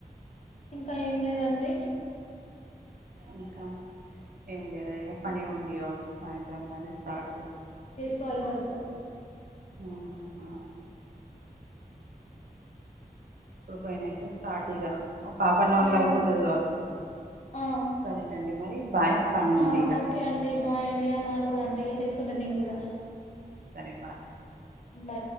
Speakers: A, on the left; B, on the right.
A: ఇంకా ఏం లేదండి
B: ఇంకా ఏంలేదా ఇగ పని ఉంది కావచ్చు సాయంత్రం పని స్టార్ట్ చేస్
A: ట్వెల్వ్ వరకే
B: ఆహా ఇప్పుడు పోయినాంక స్టార్ట్ ఇగ ఒక హాఫ్ అన్ అవర్లో
A: అవును
B: అయిపోతది కావచ్చు
A: ఆ
B: సరేనండి మరి బాయ్ పని
A: ఆ
B: ఉంది ఇగ
A: ఓకే అండి బాయ్ అండి నాకు కూడా అండి ఇక చేసుకుంట నేను కూడా
B: సరే బాయ్
A: బై